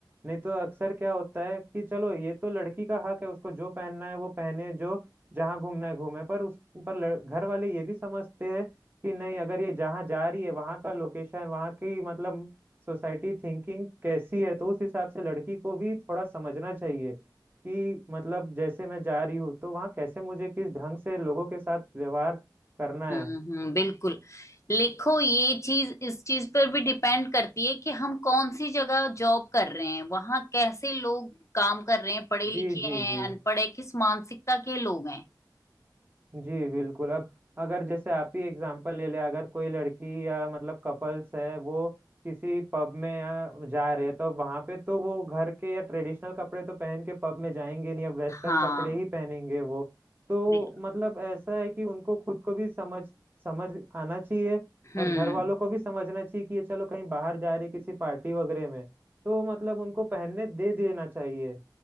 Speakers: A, on the right; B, on the left.
A: नहीं तो अक्सर क्या होता है कि चलो ये तो लड़की का हक है उसको जो पहनना है वो पहने जो जहाँ घूमना है घूमे पर उस पर लड़- घर वाले ये भी समझते हैं कि नहीं अगर ये जहाँ जा रही है वहां का लोकेशन वहां की मतलब सोसाइटी थिंकिंग कैसी है तो उस हिसाब से लड़की को भी थोड़ा समझना चाहिए कि मतलब जैसे मैं जा रही हूँ तो वहाँ कैसे मुझे किस ढंग से लोगों के साथ व्यवहार करना
B: हम्म
A: है
B: हम्म बिल्कुल लिखो ये चीज इस चीज पर भी डिपेंड करती है कि हम कौन सी जगह जॉब कर रहे हैं वहां कैसे लोग काम कर रहे हैं पढ़े लिखे
A: जी जी
B: हैं
A: जी
B: अनपढ़ है किस मानसिकता के लोग हैं
A: जी बिल्कुल अब अगर जैसे आप ही एग्जांपल ले ले अगर कोई लड़की या मतलब कपल्स है वो किसी पब में या जा रहे हैं तो वहां पे तो वो घर के या ट्रेडिशनल कपड़े तो पहन के पब में जाएंगे नहीं अब वेस्टर्न
B: हाँ
A: कपड़े ही पहनेंगे वो तो
B: बिल्कुल
A: मतलब ऐसा है कि उनको खुद को भी समझ समझ आना चाहिए
B: हम्म
A: और घर वालों को भी समझना चाहिए कि ये चलो कहीं बाहर जा रही किसी पार्टी वगैरह में तो मतलब उनको पहनने दे देना चाहिए